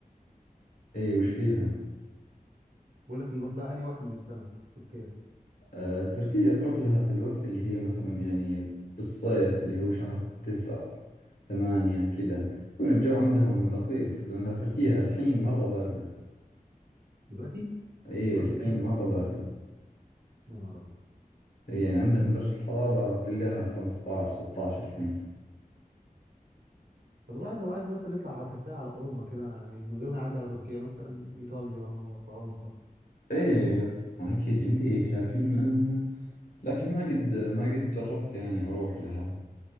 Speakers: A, on the left; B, on the right.
A: اي وش فيها
B: بقول لك نروح لها انهي وقت من السنه تركيا
A: آه تركيا تروح لها في الوقت اللي هي مثلا يعني بالصيف اللي هو شهر تسع ثمانية كذا يكون الجو عندهم لطيف لأنها تركيا الحين مرة باردة
B: دلوقتي
A: اي
B: دلوقتي
A: الحين
B: اللي احنا
A: مرة باردة
B: يا نهار ابيض
A: إي، يعني عندهم درجة الحرارة تلقاها 15 16 الحين
B: طب الواحد لو عايز مثلا يطلع على سفريه على اوروبا كده يعني من غير ما يعدي على تركيا مثلا ايطاليا فرنسا
A: ايه طبعا اكيد يمديك لكن آه، لكن ما قد ما قد جربت يعني اروح لها